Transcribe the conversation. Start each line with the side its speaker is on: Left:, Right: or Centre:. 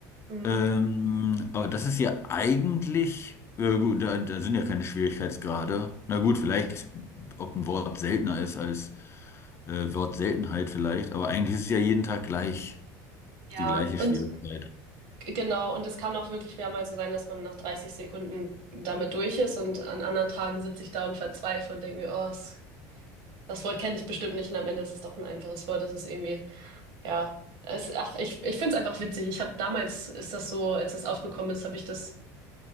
Right: Mhm.
Left: Ähm, aber das ist ja eigentlich, ja gut, da, da sind ja keine Schwierigkeitsgrade. Na gut, vielleicht, ob ein Wort seltener ist als äh, Wortseltenheit vielleicht, aber eigentlich ist es ja jeden Tag gleich,
Right: Ja,
Left: die gleiche
Right: und
Left: Schwierigkeit.
Right: g- genau, und es kann auch wirklich mehrmals so sein, dass man nach 30 Sekunden damit durch ist und an anderen Tagen sitze ich da und verzweifle und denke mir, oh, es Das Wort kenne ich bestimmt nicht und am Ende ist es doch ein einfaches Wort. Es ist irgendwie, ja. Es, ach, ich, ich finde es einfach witzig. Ich habe damals, ist das so, als das aufgekommen ist, habe ich das